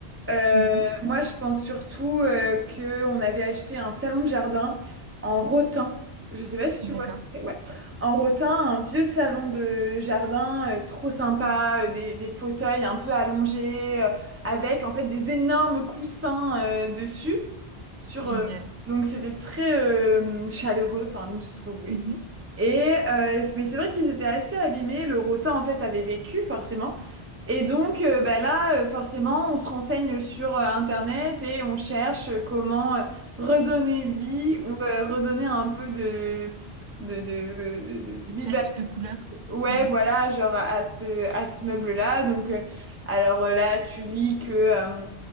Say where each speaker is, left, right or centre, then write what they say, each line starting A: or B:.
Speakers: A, on the right; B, on the right.
A: Euh,
B: Mhm.
A: moi, je pense surtout euh, que on avait acheté un salon de jardin en rotin. Je sais pas si
B: D'accord.
A: tu vois ce que c'est. Ouais. En rotin, un vieux salon de jardin euh, trop sympa, euh, des, des fauteuils un peu allongés, euh, avec en fait des énormes coussins euh, dessus. Sur,
B: Génial.
A: euh, donc c'était très euh, chaleureux. Enfin, nous, c'est ce qu'on voulait.
B: Mhm.
A: Et euh, mais c'est vrai qu'ils étaient assez abîmés. Le rotin en fait avait vécu forcément. Et donc euh, bah là euh, forcément on se renseigne sur euh, Internet et on cherche euh, comment euh, redonner vie ou euh, redonner un peu de de, de, de, de
B: de
A: vivacité.
B: peps, de couleur.
A: Ouais
B: Mm.
A: voilà genre à ce à ce meuble-là. Donc euh, alors euh, là tu lis que euh,